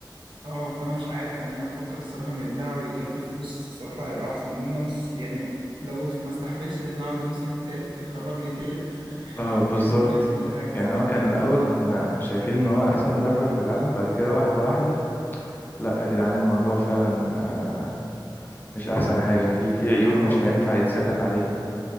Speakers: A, on the right (about 80°); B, on the left (about 25°).
A: اه فانا مش عارف يعني انا بفكر الصراحه انه يتباع ويتجاب فيه فلوس الصراحه هيبقى احسن لان انا مس يعني لو <laughs> ما استحملش ان انا اقعد لموسم تالت ويخرجني تالت <laughs>
B: اه بالظبط
A: يعني ممكن يحصل لي حاجه
B: يعني
A: الصراحه
B: هو كان الأول كنا شايفين إن هو أحسن مدافع في العالم بعد كده واحدة واحدة لا يا جدعان الموضوع فعلا آه، مش احسن حاجه في في عيوب
A: اه اه
B: مش هينفع يتسكت عليها